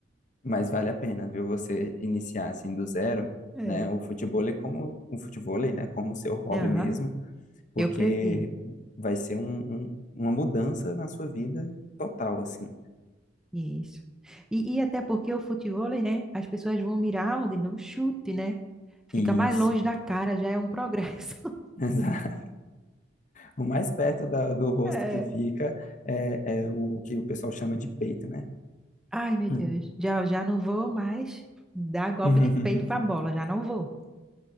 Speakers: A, on the left; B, in the centre.
A: Mas vale a pena, viu? Você iniciar assim do zero,
B: É.
A: né? O futebol é como o futevôlei, né? Como seu hobby
B: Aham,
A: mesmo. porque
B: eu prefiro.
A: vai ser um- um- uma mudança na sua vida total, assim.
B: Isso. E, e até porque o futevôlei, né, as pessoas vão mirar onde? No chute, né? Fica
A: Isso,
B: mais longe da cara, já é um progresso. <laughs>
A: <laughs> exato. O mais perto da- do rosto
B: É.
A: que fica é, é o que o pessoal chama de peito, né?
B: Ai, meu
A: Hum.
B: Deus, já, já não vou mais dar golpe
A: <laughs>
B: de peito para a bola, já não vou.